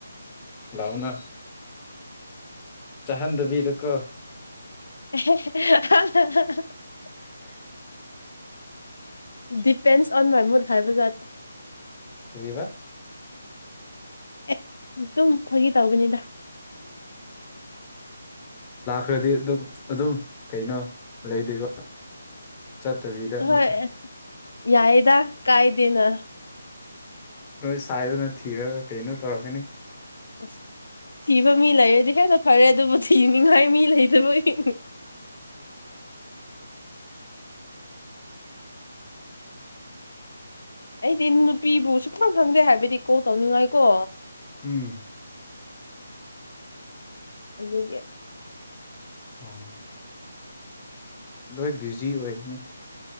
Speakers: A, on the left (about 20°); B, on the left (about 60°).
A: ꯂꯅ ꯆꯍꯟꯕꯤꯗꯨ ꯀꯣ
B: <unintelligible>
A: <unintelligible>
B: ꯗꯤꯄꯦꯟꯁ ꯑꯣꯟ ꯃꯥꯏꯃ ꯍꯥꯏꯥꯏꯕꯖ
A: ꯀꯔꯤꯕꯥ
B: ꯑꯦ ꯑꯗꯨꯝ ꯐꯥꯒꯤ ꯇꯧꯕꯅꯤꯗ
A: ꯈ꯭ꯔꯦꯗꯤꯠ ꯑꯗꯨꯝ ꯀꯩꯅꯣ ꯂꯩꯗꯣꯏꯕ ꯆꯠꯇꯕꯤꯗ ꯑꯃꯨꯛꯀ
B: ꯍꯣꯏ ꯌꯥꯏꯗ ꯀꯥꯏꯗꯦꯅ
A: ꯅꯣꯏ ꯁꯥꯏꯗꯅ ꯊꯤꯔꯒ ꯀꯩꯅꯣ ꯇꯧꯔꯀꯅꯤ
B: ꯑꯁ ꯊꯤꯕ ꯃꯤ ꯂꯩꯔꯦꯗꯤ ꯈꯔꯁꯨ ꯐꯔꯦ ꯑꯗꯨꯕꯨ ꯊꯤꯅꯤꯡꯉꯥꯏ ꯃꯤ ꯂꯩ ꯣꯏ ꯑꯩꯗꯤ ꯅꯨꯄꯤꯕꯨ ꯁꯨꯈꯪ ꯈꯪꯗꯦ ꯍꯥꯏꯕꯗꯤ ꯀꯣꯜ ꯇꯧꯅꯤꯡꯉꯥꯏꯀꯣ
A: ꯎꯝ
B: ꯑꯗꯨꯒ
A: ꯑꯣ ꯂꯣꯏ ꯕꯤꯖꯤ ꯑꯣꯏꯅꯤ